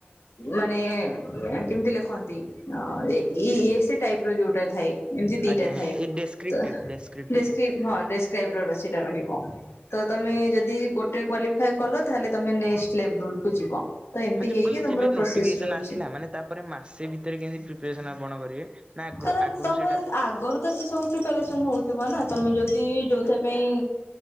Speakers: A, on the left; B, on the right.
A: ମାନେ କେମିତି ଲେଖନ୍ତି ଏ ସେ ଟାଇପ ର ଯୋଉଟା ଥାଏ। ଏମିତି ଦିଟା
B: ଆଜ୍ଞା
A: ଥାଏ
B: ଏଇ ଡେସ୍କ୍ରିପ୍ଟିଭ୍
A: ତ
B: ଡେସ୍କ୍ରିପ୍ଟିଭ୍
A: ବେଶକ ହଁ ଡେସକ୍ରାଇବ ସେଇଟା ରହିବ ତ ତମେ
B: ଆଜ୍ଞା।
A: ଯଦି ଗୋଟେ କ୍ୱା କଲ ତାହଲେ ତମେ ନେକ୍ସଟ ଲେବଲକୁୁ ଯିବ ତ ଏମିତି
B: ହଁ ଯେ
A: ହେଇକି
B: ମୁଁ କହିଲି
A: ତମର
B: ଯେବେ
A: ପ୍ରୋସେସ
B: ନୋଟିଫିକେସନ୍
A: ରହୁଛି।
B: ଆସିଲା ମାନେ ତାପରେ ମାସେ ଭିତରେ କେମିତି ପ୍ରିପରେସନ ଆପଣ କରିବେ? ନା ଆଗରୁ
A: କାର
B: ଆଗରୁ
A: ତମେ
B: ସେଇଟା
A: ଆଗରୁ ତ ସେ ସବୁ ପ୍ରିପାରେସନ୍ ହେଉଥିବ ନା ତମେ ଯଦି ଯଉଁଥି ପାଇଁ